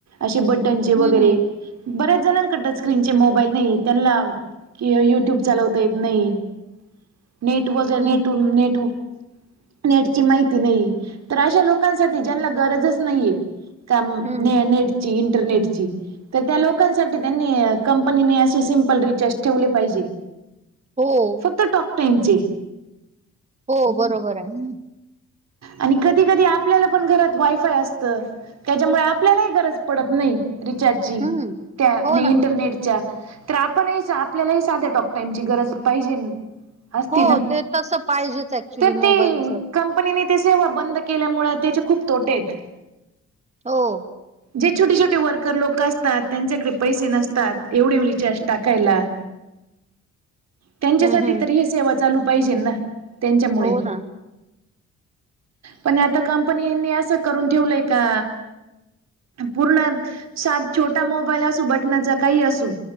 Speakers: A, on the right (about 60°); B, on the right (about 20°).
A: असे बटनचे
B: हम्म
A: वगैरे. बऱ्याच जणांकडे स्क्रीन चे मोबाईल नाही आहेत त्यांना कि युट्यूब चालवता येत नाही. नेट वगैरे
B: हम्म
A: नेट नेट नेटची माहिती नाही तर अशा लोकांसाठी ज्यांना गरजच नाहीये. काम
B: हम्म
A: ने नेटची इंटरनेटची तर त्या लोकांसाठी त्यांनी कंपनीने असे सिम्पल रिचार्ज ठेवले पाहिजे.
B: हो.
A: फक्त टॉक टाईमचे.
B: हो बरोबर आहे.
A: आणि कधी कधी आपल्याला पण घरात वायफाय असतं. त्याच्यामुळे आपल्यालाही गरज पडत नाही रिचार्जची
B: हम्म
A: त्या
B: हो
A: नाही
B: ना
A: इंटरनेटच्या. तर आपणही आपल्यालाही साधे टॉक टाइमची गरज पाहिजे. असती
B: हो
A: ना
B: ते तसं पाहिजेच ऍक्च्युली
A: तर ते
B: मोबाईलचं.
A: कंपनीने ते सेवा बंद केल्यामुळे त्याचे खूप तोटे आहेत
B: हो.
A: जे छोटे छोटे वर्कर लोक असतात त्यांच्याकडे पैसे नसतात एवढे रिचार्ज टाकायला
B: <inaudible>
A: त्यांच्यासाठी
B: हम्म
A: तरी हे सेवा चालू पाहिजे ना त्यांच्यामुळे
B: हो ना
A: पण आता कंपनीनी असं करून ठेवलंय का पूर्ण सात छोटा मोबाईल असू बटनाचा काही असू